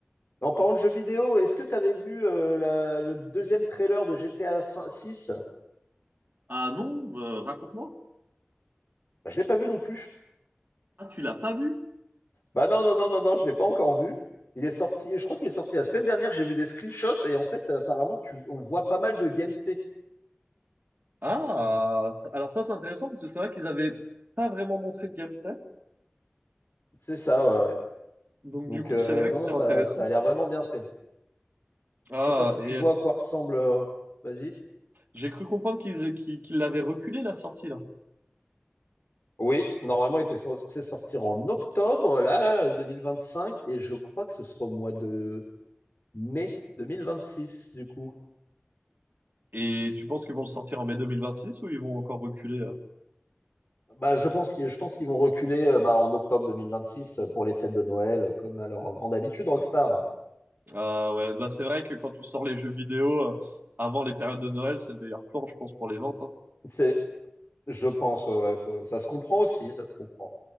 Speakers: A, on the left; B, on the right.
A: En parlant de jeux vidéo, est-ce que tu avais vu euh, la- le deuxième trailer de GTA 6?
B: Ah non, euh, raconte-moi.
A: Bah, je l'ai pas vu non plus.
B: Ah, tu l'as pas vu?
A: Bah non, non, non, non, non, je l'ai pas encore vu. Il est sorti, je crois qu'il est sorti la semaine dernière, j'ai vu des screenshots et en fait, apparemment, tu, on voit pas mal de gameplay.
B: Ah, ça- alors ça c'est intéressant parce que c'est vrai qu'ils avaient pas vraiment montré de gameplay.
A: C'est ça, ouais. ouais.
B: Donc
A: Donc,
B: du coup,
A: euh,
B: c'est vrai
A: non,
B: que
A: non,
B: c'est
A: ça,
B: intéressant.
A: ça a l'air vraiment bien fait.
B: Ah,
A: Je sais pas si tu
B: et
A: vois
B: euh,
A: à quoi ressemble. euh, Vas-y.
B: j'ai cru comprendre qu'ils qu'ils qu'ils l'avaient reculé la sortie là.
A: Oui, normalement, il était censé sortir en octobre, là, là, 2025, et je crois que ce sera au mois de mai 2026, du coup.
B: Et tu penses qu'ils vont le sortir en mai 2026 ou ils vont encore reculer? euh
A: Bah, je pense qu'ils, je pense qu'ils vont reculer euh, bah, en octobre 2026 euh, pour les fêtes de Noël, euh, comme à leur grande habitude, Rockstar.
B: Ah ouais, bah c'est vrai que quand tu sors les jeux vidéo euh, avant les périodes de Noël, c'est le meilleur plan, je pense, pour les ventes. hein.
A: C'est, je pense, ouais, ouais, faut- ça se comprend aussi, ça se comprend.